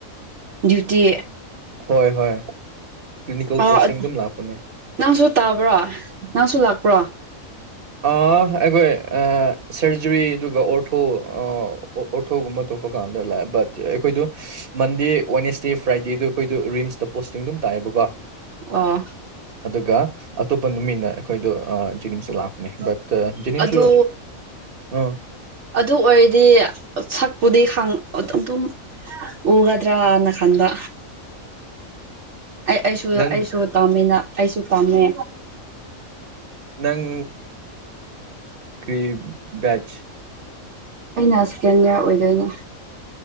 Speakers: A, on the right; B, on the right.
A: ꯗ꯭ꯌꯨꯇꯤ
B: ꯍꯣꯏ ꯍꯣꯏ ꯀ꯭ꯂꯤꯅꯤꯀꯦꯜ
A: ꯑꯣ
B: ꯄꯣꯁꯇꯤꯡ ꯑꯗꯨꯝ ꯂꯥꯛꯄꯅꯦ
A: ꯅꯪꯁꯨ ꯇꯥꯕ꯭ꯔꯣ ꯅꯪꯁꯨ ꯂꯥꯛꯄ꯭ꯔꯣ
B: ꯑꯥ ꯑꯩꯈꯣꯏ ꯁꯔꯖꯔꯤ ꯑꯗꯨꯒ ꯑꯣꯔꯊꯣ ꯑꯣꯊꯣꯒꯨꯝꯕ ꯊꯣꯛꯄ ꯀꯥꯟꯗ ꯂꯥꯛꯑꯦ ꯕꯠ ꯑꯩꯈꯣꯏꯗꯣ ꯃꯟꯗꯦ ꯋꯥꯦꯅꯦꯁꯗꯦ ꯐ꯭ꯔꯥꯏꯗꯦꯗ ꯑꯩꯈꯣꯏꯗ ꯔꯤꯝꯁꯇ ꯄꯣꯁꯇꯤꯡꯗꯨꯝ ꯇꯥꯛꯑꯦꯕꯀꯣ
A: ꯑꯣ
B: ꯑꯗꯨꯒ ꯑꯇꯣꯞꯄ ꯅꯨꯃꯤꯠꯅ ꯑꯩꯈꯣꯏꯗꯣ ꯖꯤꯅꯤꯝꯁꯇ ꯂꯥꯛꯄꯅꯦ ꯕꯠ ꯅꯤꯝꯁꯨ
A: ꯑꯗꯨ
B: ꯎꯝ
A: ꯑꯗꯨ ꯑꯣꯏꯔꯗꯤ ꯁꯛꯄꯨꯗꯤ ꯑꯗꯨꯝ ꯑꯗꯨꯝ ꯎꯒꯗ꯭ꯔꯅ ꯈꯟꯕ ꯑꯩ ꯑꯩꯁꯨ
B: ꯅꯪ
A: ꯑꯩꯁꯨ ꯄꯥꯝꯃꯤꯅ ꯑꯩꯁꯨ ꯄꯥꯝꯃꯦ
B: ꯅꯪ ꯀ꯭ꯔꯤꯕꯦꯖ
A: ꯑꯩꯅ ꯁꯦꯀꯦꯟ ꯏꯌꯥꯔ ꯑꯣꯏꯗꯣꯏꯅꯦ